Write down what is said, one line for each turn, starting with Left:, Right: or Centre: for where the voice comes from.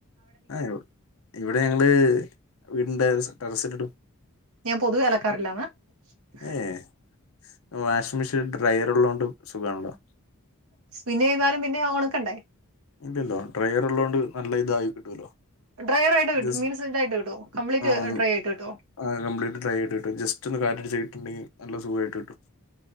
Left: <unintelligible> ഇവിടെ ഉണ്ട് വീടിന്റെ ടെറസില് ഇടും.
Right: ഞാൻ പൊതുവെ അലക്കാറില്ലാന്ന് ആ
Left: ഏഹ് വാഷിംഗ് മെഷീൻ ഡ്രയർ ഉള്ളോണ്ട് സുഖാണല്ലോ
Right: പിന്നെ പെയ്താലും പിന്നെ ഒണക്കണ്ടേ?
Left: ഇല്ലല്ലോ ഡ്രയർ ഉള്ളോണ്ട് നല്ല ഇതായി കിട്ടോലോ
Right: ഡ്രയർ ആയിട്ട് കിട്ടും
Left: ജസ്റ്റ്‌
Right: മീൻസ് ഇതായിട്ട് കിട്ടോ കംപ്ലീറ്റ്
Left: ഒന്ന്
Right: ഡ്രൈ ആയിട്ട് കിട്ടോ
Left: കംപ്ലീറ്റ് ഡ്രൈ ആയിട്ട് കിട്ടും ജസ്റ്റ് ഒന്ന് കാറ്റടിച്ച നല്ല സുഖായിട്ട് കിട്ടും.